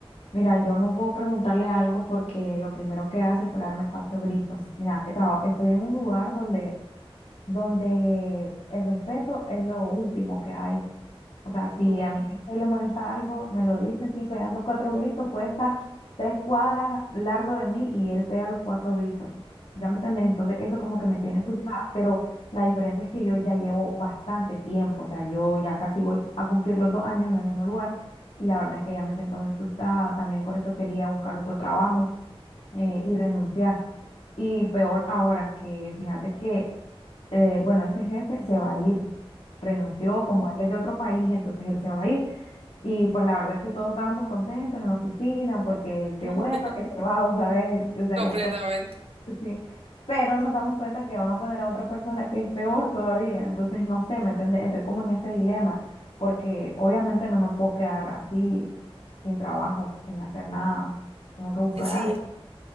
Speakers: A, on the left; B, on the right.
A: Mira, yo no puedo preguntarle algo porque lo primero que hace es pegarme cuatro gritos. Mira, he traba- estoy en un lugar donde, donde el respeto es lo último que hay. O sea, si
B: Wow.
A: a mi jefe le molesta algo, me lo dice así, pegando cuatro gritos. Puede estar tres cuadras largo de mí y él pega los cuatro gritos. ¿Ya me entendés? Entonces, eso como que me tiene frustrada. Pero la diferencia es que yo ya llevo bastante tiempo. O sea, yo ya casi voy a cumplir los dos años en el mismo lugar. Y la verdad es que ya me siento muy frustrada. También por eso quería buscar otro trabajo eh, y renunciar. Y peor ahora, que fíjate que, eh, bueno, ese jefe se va a ir renunció, como él es de otro país, entonces él se va a ir. Y pues la verdad es que todos estábamos contentos en la oficina porque
B: <laughs>
A: qué bueno que se va, o ¿sabes? O sea,
B: Completamente.
A: ya todo, sí. Pero nos damos cuenta que van a poner a otra persona que es peor todavía. Entonces, no sé, ¿me entiendes? Estoy como en ese dilema porque obviamente no me puedo quedar así sin trabajo, sin hacer nada. Tengo que buscar
B: Sí,
A: algo.